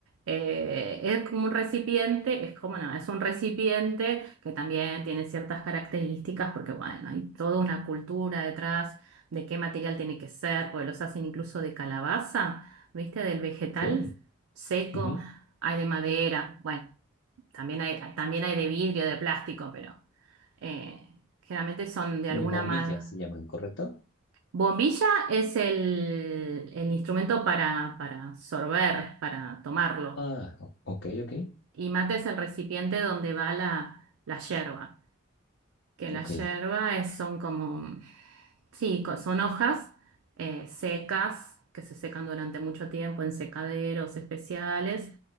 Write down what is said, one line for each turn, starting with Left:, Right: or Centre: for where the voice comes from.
Right: eh, es como un recipiente, es como no, es un recipiente que también tiene ciertas características porque bueno, hay toda una cultura detrás de qué material tiene que ser, porque los hacen incluso de calabaza, ¿viste? Del vegetal
Left: ok.
Right: seco,
Left: Ujú.
Right: hay de madera, bueno, también hay, también hay de vidrio, de plástico, pero eh, generalmente son de alguna
Left: Bombillas
Right: manera
Left: se llaman, ¿correcto?
Right: Bombilla es el, el instrumento para, para sorber, para tomarlo.
Left: Ah, o- ok, ok,
Right: Y mate es el recipiente donde va la, la yerba. Que la
Left: ok.
Right: yerba es- son como, sí, co- son hojas eh, secas que se secan durante mucho tiempo en secaderos especiales.